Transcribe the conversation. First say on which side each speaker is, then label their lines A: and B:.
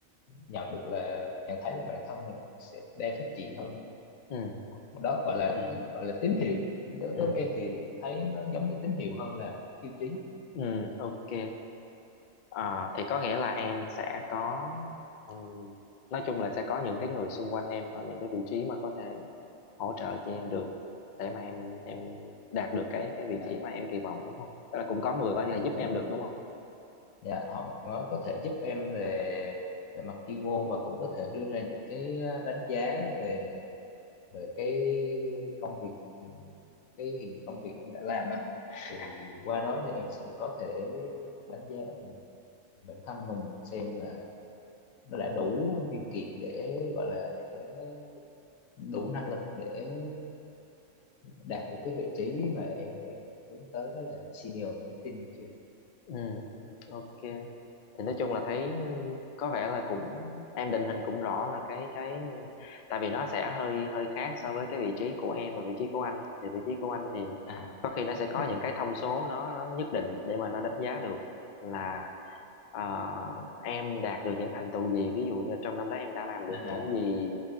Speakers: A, on the left; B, on the left.
A: nhận được là nhận thấy là bản thân mình sẽ đang phát triển hơn
B: ừ
A: đó gọi là
B: ừ
A: cái gọi là tín hiệu đối
B: ừ
A: với em thì em thấy nó giống như tín hiệu hơn là tiêu chí
B: ừ ok À, thì có nghĩa là em sẽ có ừm, nói chung là sẽ có những cái người xung quanh em ở những cái vị trí mà có thể hỗ trợ cho em được để mà em em đạt được cái cái vị
A: dạ
B: trí mà em kỳ vọng đúng không? Tức là cũng có người có thể
A: dạ
B: giúp
A: đúng
B: em
A: rồi
B: được đúng không?
A: dạ họ nó có thể giúp em về về mặt chuyên môn và cũng có thể đưa ra những cái à, đánh giá về về cái công việc cái hiện- công việc em đã làm á thì qua đó thì em sẽ có thể đánh giá bản thân mình xem là nó đã đủ điều kiện để gọi là để đủ năng lực để đạt được cái vị trí mà em đang hướng tới đó là senior marketing chưa
B: Ừ, ừ, ok. thì nói chung là thấy có vẻ là cũng em định hình cũng rõ là cái cái tại vì nó sẽ hơi hơi khác so với cái vị trí của em và vị trí của anh thì vị trí của anh thì
A: à
B: có khi nó
A: vị
B: sẽ có
A: trí
B: những cái thông số nó nó nhất định để mà nó đánh giá được là ờ, em đạt được những thành tựu gì ví dụ như trong năm đó em đã làm được
A: à
B: những gì